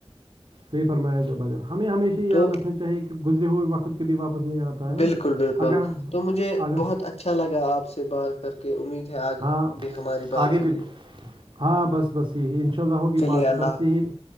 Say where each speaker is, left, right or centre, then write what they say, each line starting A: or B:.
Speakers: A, on the right; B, on the left.
A: صحی فرمایا جائے باجب ہمیں ہمیشہ یہ یاد
B: تو
A: رکھنا چاہے کہ گزرے ہوئے وقت بھی واپس نہیں آتا
B: بالکل
A: ہے
B: بالکل
A: اگر
B: تو مجھے
A: اگر
B: بہت اچھا لگا آپ سے بات کر کے امید ہے آگ
A: ہاں
B: بھی ہماری بات
A: آگے
B: ہوگی
A: بھی ہاں بس بس یہی ان شاء اللہ ہوگی
B: چلیے
A: بات
B: اللہ
A: بس
B: حافظ
A: یہی